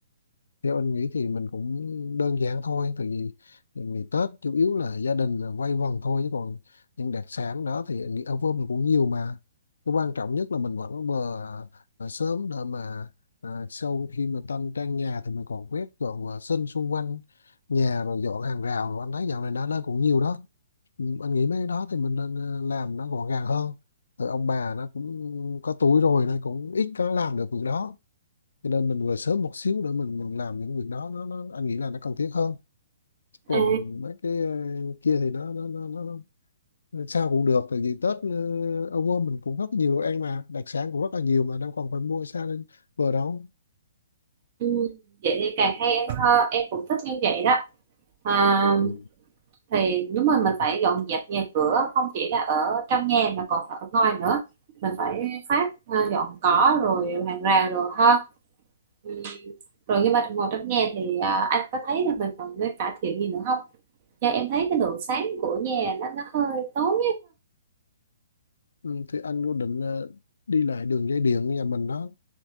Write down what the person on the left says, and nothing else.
Theo anh nghĩ thì mình cũng đơn giản thôi, tại vì ngày Tết chủ yếu là gia đình là quây quần thôi, chứ còn những đặc sản đó thì anh nghĩ ở Vân cũng nhiều mà. Cái quan trọng nhất là mình vẫn vừa à, sớm để mà à, sau khi mà tân trang nhà thì mình còn quét dọn vệ sinh xung quanh nhà rồi dọn hàng rào rồi anh thấy dạo này đã lên cũng nhiều đó. Ừ, Anh nghĩ mấy cái đó thì mình nên ờ, làm nó gọn gàng hơn. Rồi ông bà nó cũng có tuổi rồi nên cũng ít có làm được việc đó cho nên mình về sớm một xíu để mình mình làm những việc đó nó, nó anh nghĩ là nó cần thiết hơn còn
mấy cái ờ, kia thì nó nó nó, nó nó sao cũng được tại vì Tết ờ, ở quê mình cũng rất nhiều đồ ăn mà đặc sản cũng rất là nhiều mà đâu còn phải mua xa lên bờ đâu
ừ.
Ừ, thì anh quyết định ờ, đi lại đường dây điện nhà mình đó